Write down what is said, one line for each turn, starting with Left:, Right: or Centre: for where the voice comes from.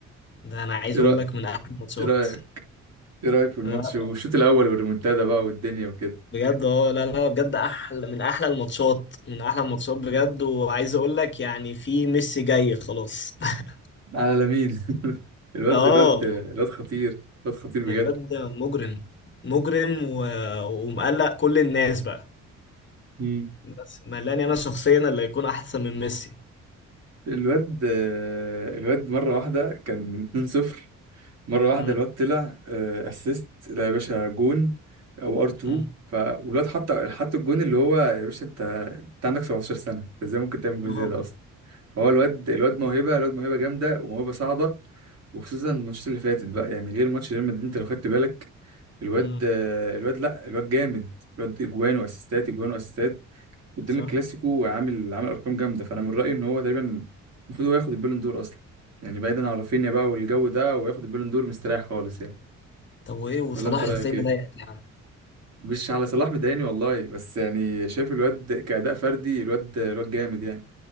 Left: ده انا عايز
Right: ايه
Left: اقول
Right: رأيك
Left: لك من احلى الماتشات
Right: ايه رأيك ايه رأيك في الماتش
Left: لا، لا،
Right: والشوط الأول والريمونتادا بقى والدنيا وكده
Left: بجد اه لا لا بجد احلى من احلى الماتشات من احلى الماتشات بجد وعايز اقول لك يعني في ميسي جاي خلاص <laughs>
Right: على لامين <laughs> الواد
Left: اه
Right: الواد الواد خطير الواد خطير بجد
Left: الواد ده مجرم مجرم و... ومقلق كل الناس بقى
Right: مم.
Left: بس ملاني انا شخصيا اللي هيكون احسن من ميسي
Right: الواد الواد مرة واحدة كان 2-0 مره واحده
Left: امم
Right: الواد طلع اسيست لا يا باشا جون او ار 2
Left: امم
Right: فالواد حط حط الجون اللي هو يا باشا انت انت عندك 17 سنه انت ازاي ممكن تعمل جون
Left: اه
Right: زي ده اصلا فهو الواد الواد موهبه الواد موهبه جامده وموهبه صاعده وخصوصا الماتشات اللي فاتت بقى يعني غير ماتش ريال مدريد انت لو خدت بالك الواد
Left: امم
Right: آه، الواد لا الواد جامد الواد اجوان واسيستات اجوان واسيستات قدام
Left: صح
Right: الكلاسيكو عامل عامل ارقام جامده فانا من رايي ان هو تقريبا المفروض هو ياخد البالون دور اصلا يعني بعيدا عن رافينيا بقى والجو ده وياخد البالون دور مستريح خالص يعني
Left: طب وايه وصلاح
Right: ولا انت رايك
Left: ازاي
Right: ايه
Left: مضايقك يا عم
Right: مش على صلاح مضايقني والله بس يعني شايف الواد كأداء فردي الواد الواد جامد يعني